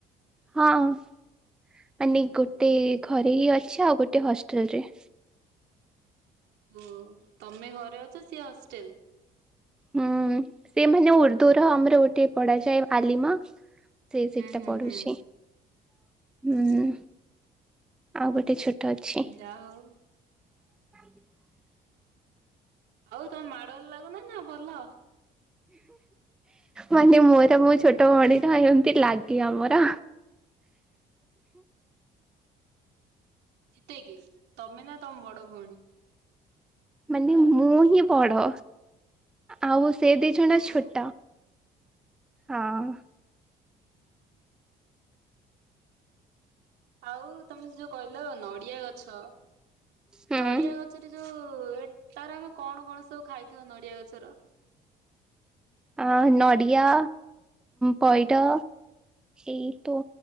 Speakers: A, in the centre; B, on the right (about 80°).
A: ହଁ ମାନେ ଗୋଟେ ଘରେ ହିଁ ଅଛି ଆଉ ଗୋଟେ ହଷ୍ଟେଲରେ।
B: ଓ ତମେ ଘରେ ଅଛ ସିଏ ହଷ୍ଟେଲ।
A: ହୁଁ ସେମାନେ ଉର୍ଦ୍ଦ ର ଆମର ଗୋଟେ ପଢାଯାଏ ଆଲିମା ସେ ସେଟା
B: ହୁଁ ହୁଁ
A: ପଢୁଛି
B: ହୁଁ
A: ହୁଁ।
B: ଆଛା
A: ଆଉ ଗୋଟେ ଛୋଟ ଅଛି
B: ଯାହା ହଉ।
A: <unintelligible>
B: ଆଉ ତମ ମାଡଗୋଳ ଲାଗୁନ ନା ଭଲ ।
A: ମାନେ ମୋର ମୋ ଛୋଟ ଭଣୀ ଟ ଏମିତି ଲାଗେ ଆମର।
B: ଜିତେ କିଏ? ତମେ ନା ତମ ବଡ ଭଉଣୀ।
A: ମାନେ ମୁଁ ହିଁ ବଡ ଆଉ ସେ ଦି ଜଣ
B: ଓହୋ
A: ଛୋଟ। ହଁ।
B: ଆଉ ତମେ ଯୋଉ କହିଲ ନଡିଆ ଗଛ
A: ହୁଁ
B: ନଡିଆ ଗଛରେ ଯୋଉ ଉ ତାର ଆମେ କଣ କଣ ସବୁ ଖାଇଥାଉ ନଡିଆ ଗଛର
A: ଆ ନଡ଼ିଆ ପଇଡ ଏଇ ତୋ